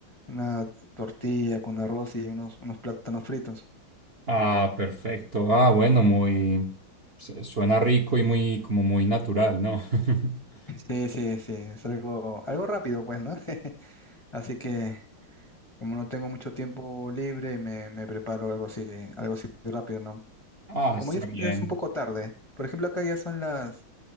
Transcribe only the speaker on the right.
Ah, perfecto. Ah, bueno, muy... se- Suena rico y muy, como muy natural, ¿no? <laughs>
Ah,
está
bien.